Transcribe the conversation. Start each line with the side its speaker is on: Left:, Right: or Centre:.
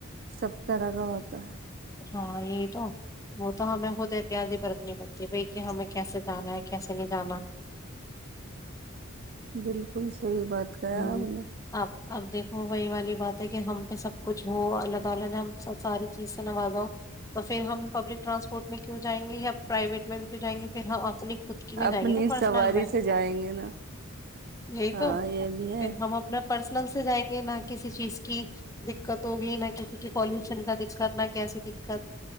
Right: سب طرح کا ہوتا ہے
Left: ہاں یہ تو وہ تو ہمیں خود احتیاط ہی برتنی کرتی بھائی کہ ہمیں کیسے جانا ہے کیسے نہیں جانا
Right: بالکل صحی بات کر
Left: ہوں
Right: آپ نے
Left: اب اب دیکھو وہی والی بات ہے کہ ہم پہ سب کچھ ہو اللہ تعالی نے ہم سب ساری چیز سے نوازاؤ تو پھر ہم پبلک ٹرانسپورٹ میں کیوں جائیں گے یا پرائیویٹ میں کیوں جائیں گے پھر ہم اپنی اتکی بھی
Right: اپنی
Left: جائے گ نا پ
Right: سواری
Left: میں
Right: سے جائیں گے نا
Left: یہی
Right: ہاں
Left: تو پھر
Right: یہ بھی ہے
Left: ہم اپنا پرسنل سے جائیں گے نہ کسی چیز کی دقت ہوگ نہ کسی کی پالوشن کا دقت نہ کیسی دقت